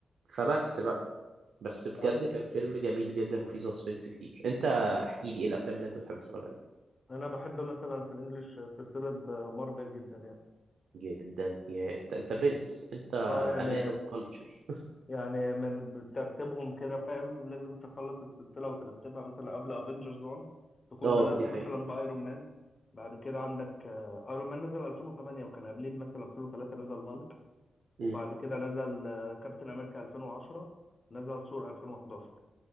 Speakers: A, on the right (about 90°); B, on the left (about 35°).
A: فبس بقى بس بجد
B: فهمت
A: كان فيلم جميل جدا وفيه سسبنس كتير انت احكي لي ايه الافلام اللي انت بتحب تتفرج عليها
B: انا بحب مثلا في الانجليش سلسلة مارفل جدا يعني
A: جدا يا انت انت برنس انت
B: اه يعني
A: امان اوف كلتشر
B: يعني من ترتيبهم كده فاهم لازم تخلص السلسلة وترتبها مثلا قبل افنجرز 1
A: <laughs>
B: تكون
A: اه
B: بدأت
A: دي
B: مثلا
A: حقيقة
B: بايرون مان بعد كده عندك ايرون مان نزل 2008 وكان قبليه مثلا 2003 نزل هالك وبعد
A: إمم.
B: كده نزل كابتن امريكا 2010 نزل ثور 2011